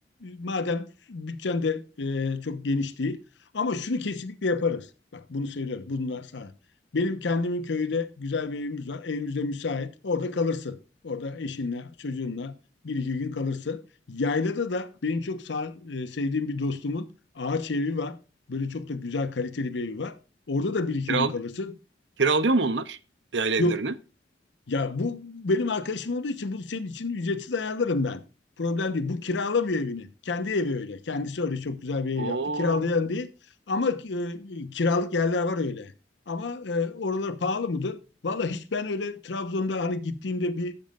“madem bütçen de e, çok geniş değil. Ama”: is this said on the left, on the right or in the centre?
Left